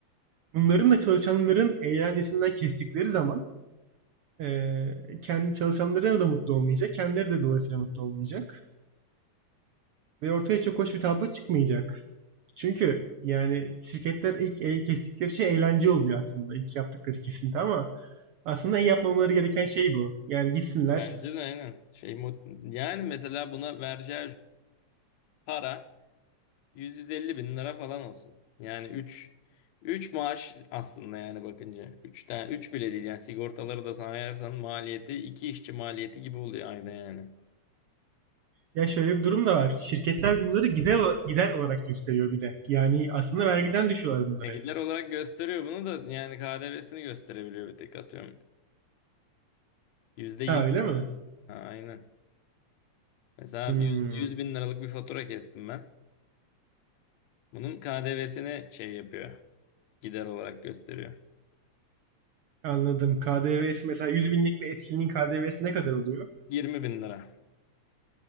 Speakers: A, on the right; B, on the left.
A: bunların da çalışanların eğlencesinden kestikleri zaman eee kendi çalışanları da mutlu olmayacak, kendileri de dolayısıyla mutlu olmayacak. Ve ortaya çok hoş bir tablo çıkmayacak. Çünkü yani şirketler ilk el kestikleri şey eğlence oluyor aslında. İlk yaptıkları kesinti ama aslında en yapmamaları gereken şey bu. Yani gitsinler.
B: Bence de aynen. Şey mod- yani mesela buna vergi para 150 bin lira falan olsun. Yani üç üç maaş aslında yani bakınca. 3 tane 3 bile değil yani sigortaları da sayarsan maliyeti 2 işçi maliyeti gibi oluyor ayda yani.
A: Ya şöyle bir durum da var. Şirketler bunları gider, gider olarak gösteriyor bir de. Yani aslında vergiden düşüyorlar bunları
B: E, gider
A: hep.
B: olarak gösteriyor bunu da yani KDV'sini gösterebiliyor bir tek atıyorum. %20.
A: Ha öyle mi?
B: Ha, aynen. Mesela
A: Hmm,
B: yüz 100 bin liralık bir fatura kestim ben. Bunun KDV'sini şey yapıyor. Gider olarak gösteriyor.
A: anladım. KDV'si mesela 100 binlik bir etkinliğin KDV'si ne kadar oluyor?
B: Yirmi bin lira.